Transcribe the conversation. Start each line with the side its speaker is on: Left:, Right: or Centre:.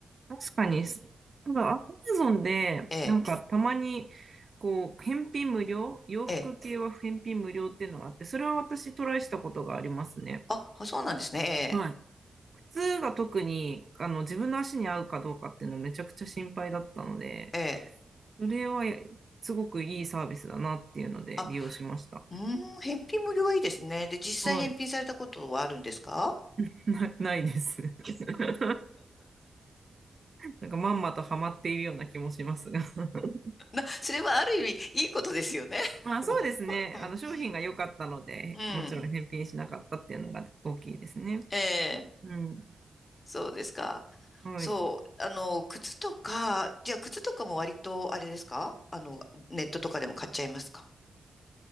Right: 確かに、すただ、アマゾンで、
Left: ええ、
Right: なんかたまに、こう、返品無料、洋服系は返品無料っていうのがあって、
Left: ええ。
Right: それは私トライしたことがありますね。
Left: あ、あそうなんですね。
Right: はい。靴が特に、あの、自分の足に合うかどうかっていうのめちゃくちゃ心配だったので、
Left: ええ、ええ。
Right: それはやすごくいいサービスだなっていうので利用しました。
Left: あ、うーん、返品無料はいいですね。で、実際返品されたことはあるんですか
Right: はい。<laughs> な、ないです。<laughs> なんかまんまとハマっているような気もしますが。<laughs>
Left: な、それはある意味、いいことですよね。<laughs>
Right: まあそうですね。
Left: もう。
Right: あの商品が良かったので、
Left: うん。うん
Right: もちろん返品しなかったっていうのが大きいですね。
Left: ええ、
Right: うん。
Left: そうですか。
Right: はい。
Left: そう、あの、靴とか、じゃあ靴とかも割とあれですかあの、ネットとかでも買っちゃいますか